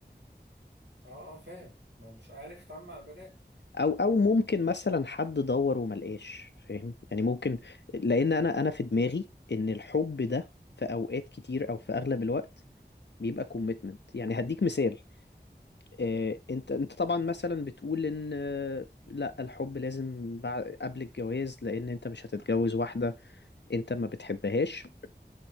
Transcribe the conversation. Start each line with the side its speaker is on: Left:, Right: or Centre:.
Right: اه اه فاهم ما هو مش عارف يتعامل مع البنات
Left: او او ممكن مثلا حد دور وما لقاش فاهم يعني ممكن لان انا انا في دماغي ان الحب ده في اوقات كتير او في اغلب الوقت بيبقى كوميتمنت يعني هديك مثال آه، انت انت طبعا مثلا بتقول ان آه، لا الحب لازم بعد قبل الجواز لان انت مش هتتجوز واحدة انت ما بتحبهاش